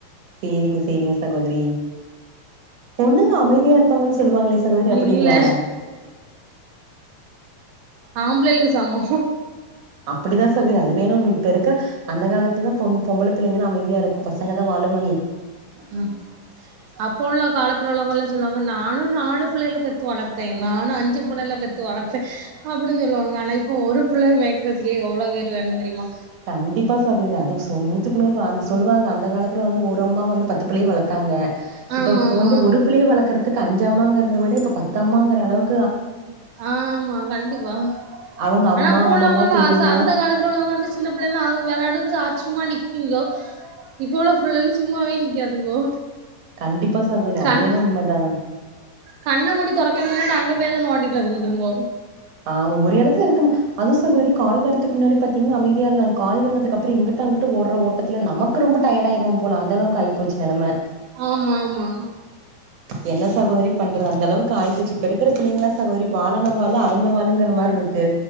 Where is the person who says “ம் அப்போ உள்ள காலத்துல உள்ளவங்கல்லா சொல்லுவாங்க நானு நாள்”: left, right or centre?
Right